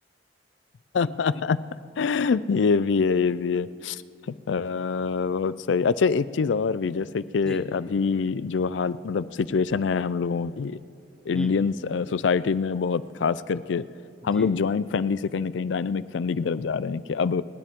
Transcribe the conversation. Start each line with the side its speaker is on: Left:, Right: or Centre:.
Left: <laughs> ये भी है ये भी है अ, बहुत सही अच्छा एक चीज और भी जैसे कि
Centre: जी
Left: अभी जो हाल मतलब सिचुएशन है हम लोगों की इंडियन
Centre: हम्म
Left: सोसाइटी में बहुत खास करके हम
Centre: जी
Left: लोग जॉइंट फैमिली से कहीं ना कहीं डायनामिक फैमिली की तरफ जा रहे हैं कि अब